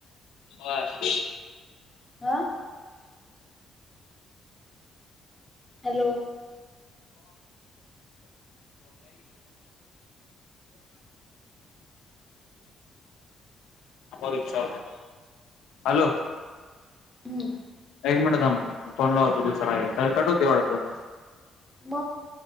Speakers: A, on the left; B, in the centre.
A: हो
B: आा हॅलो
A: इचछा हॅलो
B: हम्म
A: एक मिनिट फोनला होत ुसर आहे तर कट होतेवढ अ
B: म